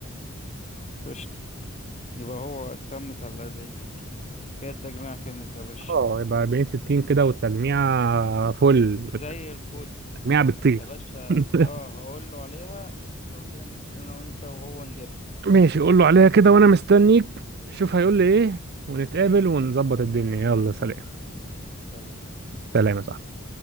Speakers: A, on the left; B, on the right.
A: قشطة يبقى هو تمت على أربعين ستين كده التجميع كملت يا باشا
B: اه يبقى 40 60 كده والتلميع فل
A: زي الفل
B: التلميع بتطير
A: يا باشا
B: <laughs>
A: اه هقول له عليها ولو كده ننزل انا وانت وهو نجيبها
B: ماشي قول له عليها كده وانا مستنيك شوف هيقول لي ايه ونتقابل ونظبط الدنيا يلا سلام
A: سلام
B: سلام يا صاحبي